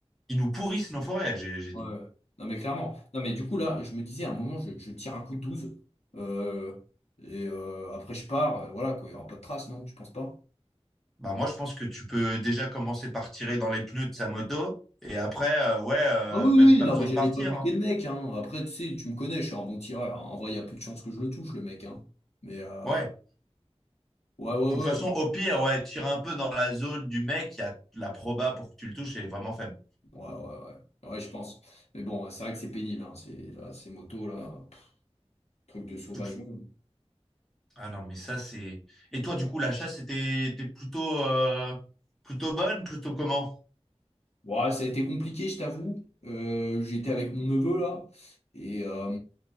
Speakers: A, in the centre; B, on the left.
A: ils nous pourrissent nos forêts, j'ai j'ai
B: Ouais.
A: dit.
B: Non, mais clairement. Non, mais du coup, là, je me disais, à un moment, je, je tire un coup de douze euh, et euh, après, je pars. euh, voilà, quoi. Il n'y aura pas de trace, non? Tu penses pas?
A: Bah moi, je pense que tu peux déjà commencer par tirer dans les pneus de sa moto et après, euh, ouais, euh,
B: Ah oui,
A: même
B: oui,
A: pas
B: non,
A: besoin
B: mais
A: de
B: j'allais
A: partir.
B: pas buter
A: hein.
B: le mec, hein. Après, tu sais, tu me connais, je suis un bon tireur. hein. En vrai, il y a peu de chances que je le touche, le mec, hein. Mais euh,
A: Ouais.
B: Ouais, ouais,
A: De toute façon,
B: ouais.
A: au pire, ouais, tire un peu dans la zone du mec, il y a la proba pour que tu le touches elle est vraiment faible.
B: Ouais, ouais, ouais. Ouais, je pense. Mais bon, c'est vrai que c'est pénible, hein, ces, là, ces motos, là. pff, Truc de sauvageon.
A: Tout- Ah non, mais ça, c'est. Et toi, du coup, la chasse était, était plutôt, euh, plutôt bonne, plutôt comment?
B: Ouais, ça a été compliqué, je t'avoue. Euh, j'étais avec mon neveu, là. Et, euh,